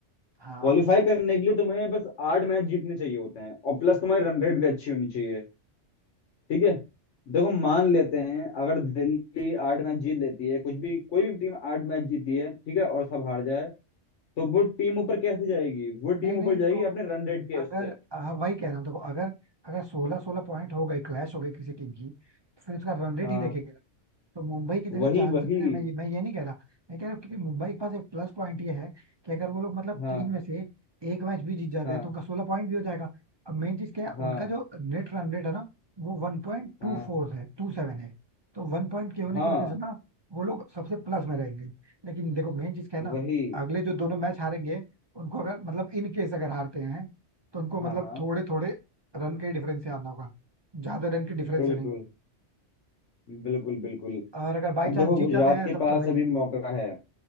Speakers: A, on the right; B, on the left.
A: हाँ
B: क्वालिफाई करने के लिए तुम्हें बस आठ मैच जीतने चाहिए होते हैं और प्लस तुम्हारी रन रेट भी अच्छी होनी चाहिए ठीक है देखो मान लेते हैं अगर दिल्ली आठ मैच जीत लेती है कुछ भी कोई भी टीम आठ मैच जीती है ठीक है और सब हार जाए तो वो टीम ऊपर कैसे जाएगी वो
A: नहीं
B: टीम ऊपर
A: नहीं देखो
B: जाएगी अपने रन रेट के
A: अगर
B: उससे
A: हाँ वही कह रहा हूँ देखो अगर अगर सोलह सोलह पॉइंट हो गए क्लैश हो गई किसी टीम की तो फिर उसका रन रेट
B: हाँ
A: ही देखेंगे तो मुंबई की जगह
B: वही
A: चांसेस
B: वही
A: है मैं ये मैं ये नहीं कह रहा मैं कह रहा हूँ क्योंकि मुंबई के पास एक प्लस पॉइंट ये है कि अगर वो लोग मतलब
B: हाँ
A: तीन में से एक मैच भी जीत जाते
B: हाँ
A: हैं तो उनका सोलह पॉइंट भी हो जाएगा अब मेन चीज क्या है
B: हाँ
A: उनका जो नेट रन रेट है ना वो वन पॉइंट टू
B: हाँ
A: फोर है टू सेवन है तो वन पॉइंट के होने
B: हाँ
A: की वजह से ना वो लोग सबसे प्लस में रहेंगे लेकिन देखो मेन चीज क्या है ना
B: वही
A: अगले जो दोनों मैच हारेंगे उनको अगर मतलब इन केस अगर हारते हैं तो उनको मतलब
B: हाँ हाँ
A: थोड़े थोड़े रन के डिफरेंस से आना होगा ज्यादा रन के डिफरेंस
B: बिल्कुल
A: से नहीं
B: बिल्कुल बिल्कुल
A: और अगर बाई
B: अब देखो
A: चांस जीत
B: गुजरात
A: जाते हैं
B: के
A: तब
B: पास
A: तो भाई
B: अभी मौका है